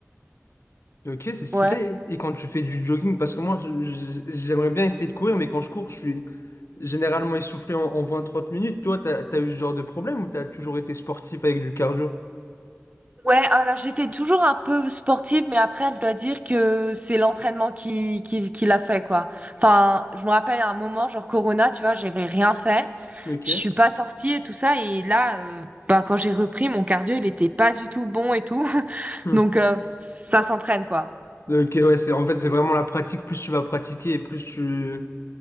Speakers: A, on the left; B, on the right.
A: Ok, c'est stylé.
B: Ouais.
A: Et quand tu fais du jogging, parce que moi, je- je- j'aimerais bien essayer de courir, mais quand je cours, je suis généralement essoufflé en, en 20-30 minutes. Toi, t'as, t'as eu ce genre de problème ou t'as toujours été sportif avec du cardio?
B: Ouais, alors j'étais toujours un peu sportive, mais après je dois dire que c'est l'entraînement qui, qui, qui l'a fait quoi. Enfin, je me rappelle à un moment, genre Corona, tu vois, j'avais rien fait.
A: Ok.
B: je suis pas sortie et tout ça et là euh, bah quand j'ai repris mon cardio il était pas du tout bon et tout <laughs>
A: Hmm.
B: donc euh, ça s'entraîne quoi
A: Ok, ouais, c'est, en fait, c'est vraiment la pratique. Plus tu vas pratiquer et plus tu,